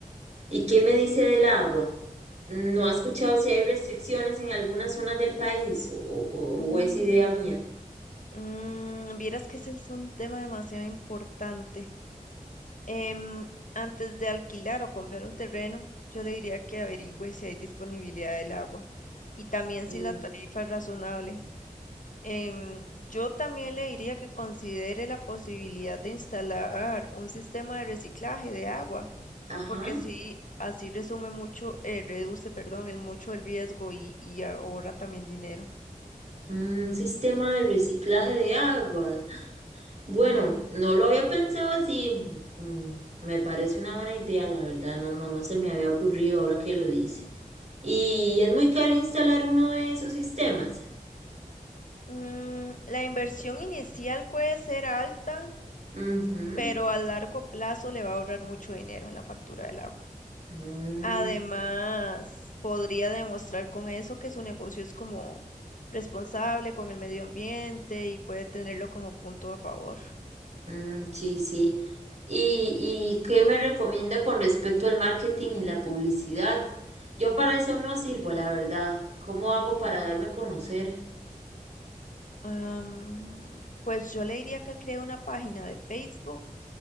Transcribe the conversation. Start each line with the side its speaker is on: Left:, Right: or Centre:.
Right: ¿Y qué me dice del agua? ¿No ha escuchado si hay restricciones en algunas zonas del país o, o-
Left: Mm,
Right: o es idea mía?
Left: mm, vieras que ese es un tema demasiado importante. Em, antes de alquilar o comprar un terreno, yo le diría que averigüe si hay disponibilidad del agua y también
Right: Mm,
Left: si la tarifa es razonable. Em, yo también le diría que considere la posibilidad de instalar un sistema de reciclaje de agua,
Right: Ajá,
Left: porque así, así resume mucho, eh, reduce, perdón, el mucho el riesgo y, y ahorra también dinero.
Right: Mm, un sistema de reciclaje de agua. Bueno, no lo había pensado así. mm, Me parece una buena idea, la verdad. No, no, no se me había ocurrido ahora que lo dice. Y es muy caro instalar uno de esos sistemas.
Left: Mm, la inversión inicial puede ser alta,
Right: Ujú,
Left: pero a largo plazo le va a ahorrar mucho dinero en la factura del agua.
Right: mm,
Left: Además, podría demostrar con eso que su negocio es como responsable con el medio ambiente y puede tenerlo como punto a favor.
Right: mm, sí, sí. ¿Y, y qué me recomienda con respecto al marketing y la publicidad? Yo para eso no sirvo, la verdad. ¿Cómo hago para darme a conocer?
Left: Am, pues yo le diría que cree una página de Facebook,